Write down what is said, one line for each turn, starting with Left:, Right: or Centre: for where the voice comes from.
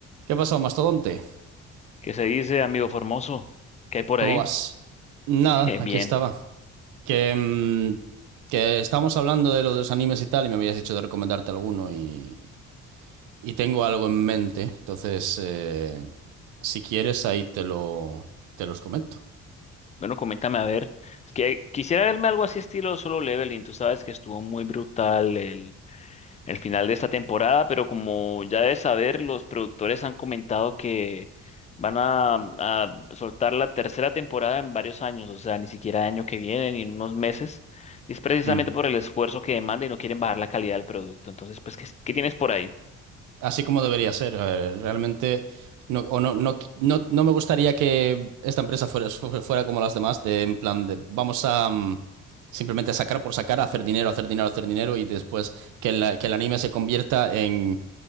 Right: ¿Qué pasó, mastodonte?
Left: ¿Qué se dice, amigo Formoso? ¿Qué hay por
Right: ¿Cómo
Left: ahí?
Right: vas? Nada,
Left: <laughs>
Right: aquí
Left: Bien.
Right: estaba. Que, mm, que estábamos hablando de lo de los animes y tal, y me habías dicho de recomendarte alguno y, y tengo algo en mente. Entonces, eh, si quieres, ahí te lo, te los comento.
Left: Bueno, coméntame a ver. Es que quisiera verme algo así estilo Solo Leveling. Tú sabes que estuvo muy brutal el, el final de esta temporada, pero como ya debes saber, los productores han comentado que van a, a soltar la tercera temporada en varios años, o sea, ni siquiera año que viene, ni en unos meses. Y es precisamente
Right: Mm.
Left: por el esfuerzo que demanda y no quieren bajar la calidad del producto. Entonces, pues, ¿qué, qué tienes por ahí?
Right: así como debería ser. A ver, Realmente no, o no, no, no, no me gustaría que esta empresa fuera, fu- fuera como las demás, de en plan de vamos a mm, simplemente sacar por sacar, hacer dinero, hacer dinero, hacer dinero y después que, la- que el anime se convierta en,